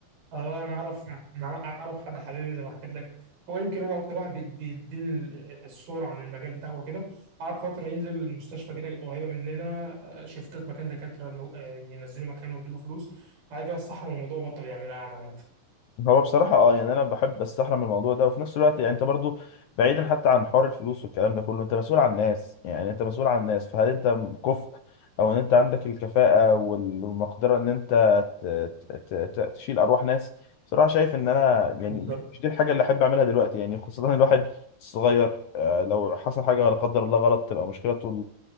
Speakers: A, on the right; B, on the left.
A: اه انا اعرف انا اعرف حد حبيبي زي ما حكيت لك هو يمكن هو اكتر واحد بيد- بيديني ال- الصوره عن المجال بتاعه وكده قعد فتره ينزل المستشفى كده قريبه مننا آه، شيفتات مكان دكاتره إنه، آه، ينزلوا مكانه ويديله فلوس بعد كده استحرم الموضوع بطل يعملها يعني عامه
B: هو بصراحة اه يعني انا بحب استحرم من الموضوع ده وفي نفس الوقت يعني انت برضو بعيدا حتى عن حوار الفلوس والكلام ده كله انت مسؤول عن الناس يعني انت مسؤول عن الناس فهل انت كفء او ان انت عندك الكفاءة والمقدرة ان انت ت- ت- ت- ت- تشيل ارواح ناس بصراحة شايف ان انا يعني
A: بالظبط
B: مش دي الحاجة اللي احب اعملها دلوقتي يعني خاصة الواحد صغير آه، لو حصل حاجة لا قدر الله غلط تبقى مشكلة طول